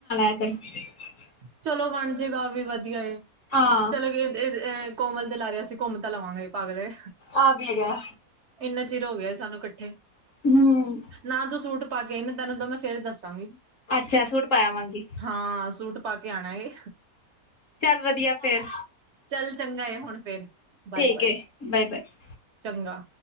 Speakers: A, on the left (about 60°); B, on the right (about 60°).
A: <inaudible>
B: ਚਲੋ ਬਣ ਜੇਗਾ ਆ ਵੀ ਵਧੀਆ ਏ।
A: ਹਾਂ
B: ਚਲੋ ਕੋਮਲ ਦੇ ਲਾਰੇ ਅਸੀਂ ਘੁੰਮ ਤਾਂ ਲਵਾਂਗੇ। ਪਾਗਲੇ
A: ਆ ਵੀ ਹੈਗਾ
B: ਇੰਨਾ ਚਿਰ ਹੋ ਗਿਆ ਏ ਸਾਨੂੰ ਇਕੱਠੇ।
A: ਹੂੰ।
B: ਨਾ ਤੂੰ ਸੂਟ ਪਾ ਕੇ ਆਈ ਨਾ ਤੈਨੂੰ ਤਾਂ ਮੈਂ ਫੇਰ ਦੱਸਾਂਗੀ।
A: ਅੱਛਾ ਸੂਟ ਪਾਇਆਵਾਂਗੀ।
B: ਹਾਂ ਸੂਟ ਪਾ ਕੇ ਆਣਾ ਏ।
A: ਚੱਲ ਵਧੀਆ ਫੇਰ।
B: ਚੱਲ ਚੰਗਾ ਏ ਹੁਣ ਫੇਰ। ਬਾਏ
A: ਠੀਕ
B: ਬਾਏ
A: ਏ ਬਾਏ ਬਾਏ।
B: ਚੰਗਾ